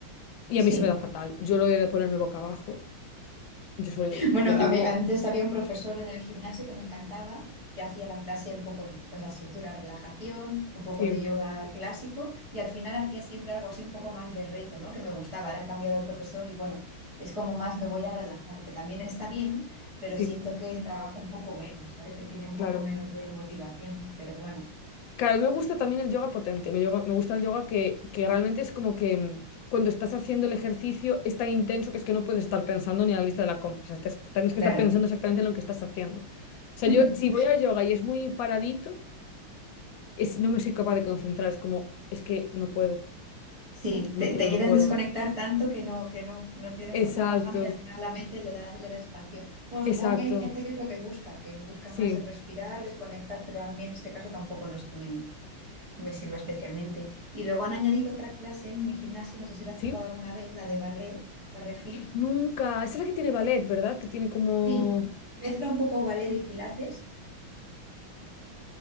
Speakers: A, on the left; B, on the right.
A: y
B: sí.
A: a mí se me da fatal, yo lo he de ponerme boca abajo, yo solo lo llevo,
B: Bueno,
A: lo
B: a
A: llevo,
B: mí, antes había un profesor en el gimnasio que me encantaba, que hacía la clase un poco, pues la estructura, relajación, un poco
A: sí,
B: de yoga clásico y al final hacía siempre algo así un poco más de reto, ¿no? Que me gustaba. Ahora han cambiado el profesor y bueno, es como más me voy a relajar, que también está bien, pero
A: sí,
B: siento que trabajo un poco menos, ¿sabes? Que tiene un
A: claro.
B: poco menos de motivación, pero bueno,
A: Claro, a mí me gusta también el yoga potente, me, yoga- me gusta el yoga que, que realmente es como que mm, cuando estás haciendo el ejercicio es tan intenso que es que no puedes estar pensando ni en la lista de la compra, o sea, estás- tienes que
B: claro.
A: estar pensando exactamente en lo que estás haciendo. O sea,
B: <laughs>
A: yo si voy a yoga y es muy paradito, es, no me soy capaz de concentrar, es como, es que no puedo,
B: Sí,
A: no
B: te,
A: puedo,
B: te quieren
A: no puedo.
B: desconectar tanto que no, que no, no, que no
A: Exacto,
B: estás trabajando y al final la mente le da, le da espacio. Bueno,
A: exacto,
B: supongo que hay gente que es lo que busca, que busca
A: sí,
B: más el respirar, desconectar, pero a mí en este caso tampoco no es que me, me sirva especialmente. Y luego han añadido otra clase en mi gimnasio, no sé si la has
A: sí.
B: probado alguna vez, la de barre, barre fit.
A: Nunca, esa es la que tiene ballet, ¿verdad? Que tiene como...
B: Sí, mezcla un poco ballet y pilates